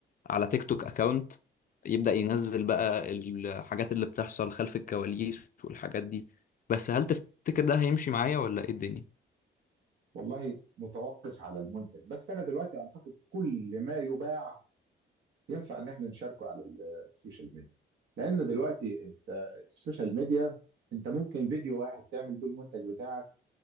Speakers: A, on the left; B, on the right.
A: على تيك توك اكاونت يبدأ ينزل بقى الحاجات اللي بتحصل خلف الكواليس والحاجات دي بس هل تفتكر ده هيمشي معايا ولا ايه الدنيا
B: والله متوقف على المنتج بس انا دلوقتي اعتقد كل ما يباع ينفع ان احنا نشاركه على ال- السوشيال ميديا لان دلوقتي انت السوشيال ميديا انت ممكن فيديو واحد تعمل بيه المنتج بتاعك